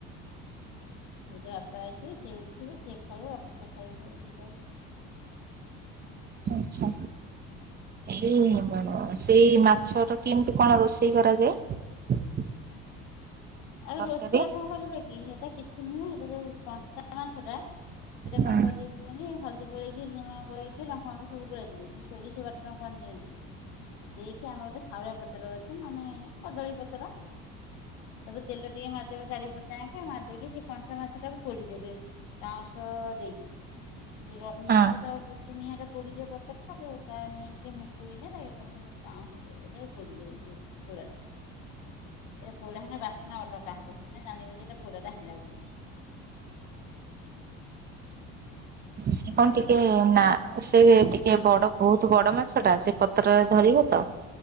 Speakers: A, on the left; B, on the right.
A: ସେ ତ ବାପା ଆସିବେ ସିଏ ଉଠିବ ସିଏ ଖାଇବ ଆଗକୁ ଖାଇବେ ସବୁ ଦିଟାଳେ
B: ଆଛା। ଏଇ ସେଇ ମାଛ ର କେମିତି କଣ ରୋଷେଇ କରାଯାଏ?
A: ଆଉ
B: ତରକାରୀ
A: ରୋଷେଇଆ କଣ କରିବେ କି ସେଟା କିଛି ନୁହେଁ ସେଟା ଯୋଉ କଞ୍ଚା ମାଛ ଟା ସେଇଟା କଣ
B: ହଁ
A: କରିବେ କୁହନି ହଳଦୀ ଗୋଳେଇକି ଲୁଣ ଗୋଳେଇକି ଲଙ୍କାଗୁଣ୍ଡ ସବୁ ଗୋଳେଇ ଦେବି ସେ ସୋରିଶଷ ବାଟଣ ଟଙ୍କ ଆଣି ଦିଅନ୍ତି ଦେଇକି ଆମର ଗୋଟେ ଶାଉଳିଆ ପତର ଅଛି ନ ହେଲେ କଦଳୀ ପତର ତାକୁ ତେଲ ଟିକେ ମାରିଦେବେ ଚାରିପଟ ହାଙ୍କେ ମାରି ଦେଇେକି ସେଇ କଂଞ୍ଚା ମାଛ ଟାକୁ ପୋଡିଦେବେ ପାଉସ ଦେଖି ସେ ର ନିଆ
B: ହଁ
A: ଟା ତ ସେ ନିଆଁଟରେ ପୋଡ଼ିଯିବ ପତ୍ରଟା ତାକୁ ତା ନିଆଁଟରେ ମୁକୁଇଲେ ତା ତାକୁ ପାଉଁଶରେ ପୋଡ଼ିଦେବେ ସେଇ ପୁଡ଼ା ଟାକୁ ପୋଡ଼ା ହୋନ ବାସ୍ନା ଅଲଗା ହବ ଜାଣିବ ଯେଟ ପୋା ହେଲା ବୋଲିକି।
B: ସେ କଣ ଟିକେ ନା ସେ ଟିକେ ବଡ ବହୁତ୍ ବଡ ମାଛ ଟା ସେ ପତ୍ରରେ ଧରିବ ତ।